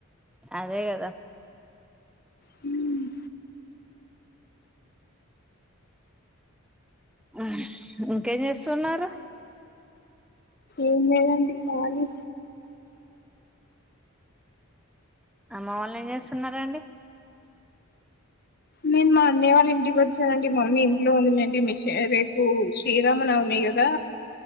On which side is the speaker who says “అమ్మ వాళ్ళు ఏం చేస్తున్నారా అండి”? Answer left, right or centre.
Centre